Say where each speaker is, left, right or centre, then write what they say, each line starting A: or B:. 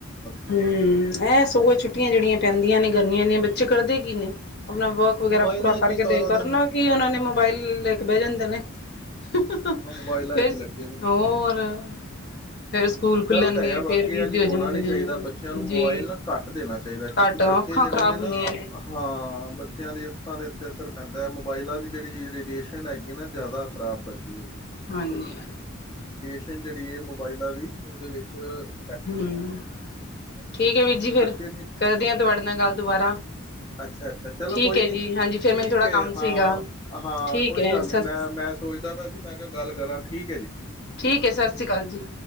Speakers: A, on the left; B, on the left.
A: ਗਿਆ
B: ਹਮ--ਐ, ਸਗੋਂ ਛੁੱਟੀਆਂ ਜਿਹੜੀਆਂ ਪੈਂਦੀਆਂ ਨੇ ਗਰਮੀਆਂ ਦੀਆਂ, ਬੱਚੇ ਕਰਦੇ ਕੀ ਨੇ ਆਪਣਾ ਵਰਕ ਵਗੈਰਾ
A: ਮੋਬਾਇਲਾਂ
B: ਪੂਰਾ
A: ਚ
B: ਕਰਕੇ
A: ਹੀ ਸਾਰਾ
B: ਦੇ ਕਰਨਾ
A: ਦਿਨ
B: ਕਿਐ ਏਨਾਂ ਨੇ, ਮੋਬਾਇਲ
A: ਮੋਬਾਇਲਾਂ
B: ਲੈ ਕੇ ਬਹਿ ਜਾਂਦੇ ਨੇ। <unintelligible>
A: ਉਹ ਮੋਬਾਇਲਾਂ
B: ਹੋਰ
A: ਚ ਹੀ ਲੱਗੇ ਦੇ ਨੇ ਸਾਰਾ
B: <unintelligible> ਖੁੱਲਣਗੇ
A: ਗ਼ਲਤ ਹੈਗਾ, ਬਾਕੀ
B: ਫੇਰ ਬਿਜ਼ੀ
A: ਐਜੰ ਹੋਣਾ
B: ਹੋ ਜਾਂਦੇ
A: ਨੀ
B: ਨੇ
A: ਚਾਹੀਦਾ। ਬੱਚਿਆਂ ਨੂੰ
B: ਜੀ
A: ਮੋਬਾਇਲ ਨਾ, ਘੱਟ ਦੇਣਾ ਚਾਹੀਦਾ। ਕਿਉਂਕਿ
B: ਘੱਟ ਅੱਖਾਂ
A: ਬੱਚੇ ਜਿਹੜੇ
B: ਖ਼ਰਾਬ
A: ਨੇ
B: ਹੁੰਦੀਆਂ
A: ਨਾ ਹਾਂ ਬੱਚਿਆਂ ਦੀ ਅੱਖਾਂ ਦੇ ਉੱਤੇ ਅਸਰ ਪੈਂਦਾ, ਮੋਬਾਈਲਾਂ ਦੀ ਜਿਹੜੀ ਰੇਡੀਏਸ਼ਨ ਹੈਗੀ ਐਨਾ, ਜ਼ਿਆਦਾ ਖ਼ਰਾਬ <unintelligible>
B: ਹਾਂਜੀ
A: <unintelligible> ਜਿਹੜੀ ਹੈ ਮੋਬਾਇਲਾਂ ਦੀ ਓਦੇ ਵਿੱਚ
B: ਹਮ
A: ਜ਼ਿਆਦਾ ਪੈਂਦਾ ਅੱਖਾਂ ਦੇ ਉੱਪਰ
B: ਠੀਕ ਹੈ ਵੀਰਜੀ, ਫਿਰ
A: ਬੱਚੇ
B: ਕਰਦੇ ਹ ਤੁਹਾਡੇ ਨਾਲ ਗੱਲ ਦੁਬਾਰਾ
A: ਅੱਛਾ-ਅੱਛਾ, ਚਲੋ
B: ਠੀਕ
A: ਕੋਈ
B: ਹੈ
A: ਨੀ
B: ਜੀ ਹਾਂਜੀ ਫੇਰ
A: ਠੀਕ
B: ਮੈਨੂੰ ਥੋੜਾ
A: ਹੈ,
B: ਕੰਮ
A: ਹਾਂ-
B: ਸੀਗਾ
A: ਹਾਂ
B: ਠੀਕ
A: ਕੋਈ
B: ਹੈ
A: ਗੱਲ
B: ਸਤਿ
A: ਨੀ, ਮੈਂ- ਮੈਂ ਸੋਚਦਾ ਪਿਆ ਸੀ, ਮੈਂ ਕਿਹਾ ਗੱਲ ਕਰਾਂ ਠੀਕ ਹੈ ਜੀ।
B: ਠੀਕ ਹੈ, ਸਤਿ ਸ਼੍ਰੀ ਅਕਾਲ ਜੀ।